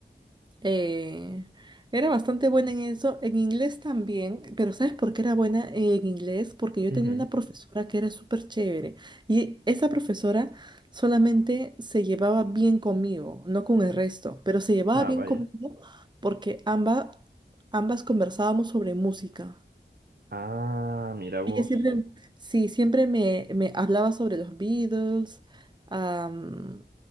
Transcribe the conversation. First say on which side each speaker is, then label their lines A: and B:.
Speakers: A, on the right; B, on the right.
A: Eh, era bastante buena en eso, en inglés también, pero ¿sabes por qué era buena en inglés? Porque yo
B: Ujú.
A: tenía una profesora que era súper chévere y esa profesora solamente se llevaba bien conmigo, no con el resto, pero se llevaba
B: Ah,
A: bien
B: vaya.
A: conmigo porque ambas, ambas conversábamos sobre música.
B: Ah, mira vos.
A: Ella siempre, sí, siempre me, me hablaba sobre los Beatles, am,